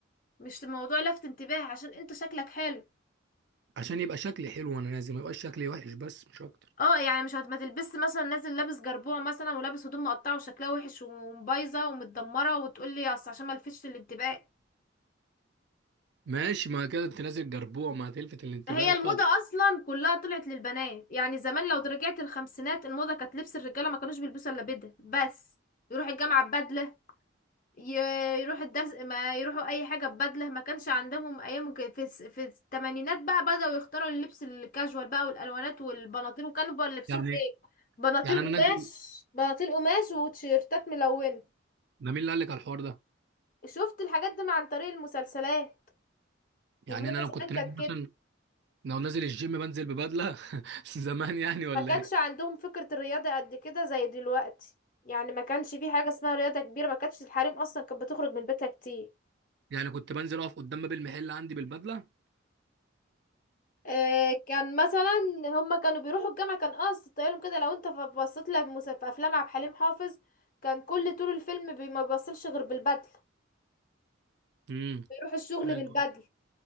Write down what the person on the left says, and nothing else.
مش موضوع لفت انتباه عشان انت شكلك حلو
اه يعني مش هت- ما تلبس مثلا نازل لابس جربوع مثلا ولابس هدوم مقطعة وشكلها وحش وبايظة ومتدمرة وتقولي اصل عشان ما لفتش الانتباه
هي الموضة
اصلا كلها طلعت للبنات يعني زمان لو رجعت الخمسينات الموضة كانت لبس الرجالة ما كانوش بيلبسوا الا بدل بس يروح الجامعة ببدلة ي- يروح الدرس ما يروحوا اي حاجه ببدله ما كانش عندهم ايام كده. في الس- في الثمانينات بقى بداوا يختاروا اللبس الكاجوال بقى والالوانات والبناطيل وكانوا بقى لبسهم
ايه بناطيل
قماش بناطيل قماش وتيشيرتات ملونه
شفت الحاجات دي مع- عن طريق المسلسلات
والموضه
زمان كانت
كده
ما كانش
عندهم فكره الرياضه قد كده زي دلوقتي يعني ما كانش في حاجه اسمها رياضه كبيره ما كانتش الحريم اصلا كانت بتخرج من بيتها كتير
آه، كان مثلا هما كانوا بيروحوا الجامعة كان قصد طيالهم كده لو انت ف- بصيت لها في مس- في افلام عبد الحليم حافظ كان كل طول الفيلم بي- ما بيبصلش غير بالبدلة
بيروح الشغل
بالبدلة